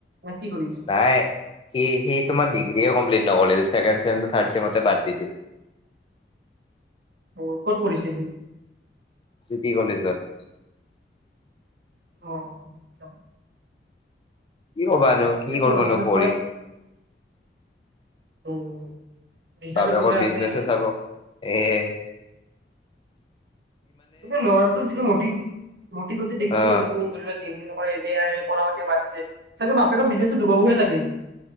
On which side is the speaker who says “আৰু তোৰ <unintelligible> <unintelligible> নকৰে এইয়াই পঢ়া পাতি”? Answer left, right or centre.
Right